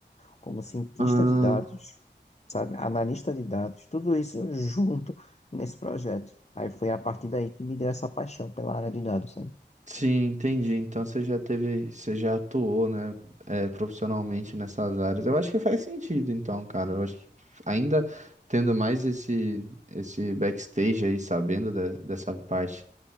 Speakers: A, on the left (about 35°); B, on the right (about 40°).
A: como cientista
B: Ah,
A: de dados, sabe, analista de dados, tudo isso junto nesse projeto. Aí foi a partir daí que me deu essa paixão pela área de dados, sabe? O
B: sim, entendi. Então você já teve, você já atuou, né, é, profissionalmente nessas áreas. Eu acho que faz sentido, então, cara. Eu acho que ainda tendo mais esse, esse backstage aí, sabendo de- dessa parte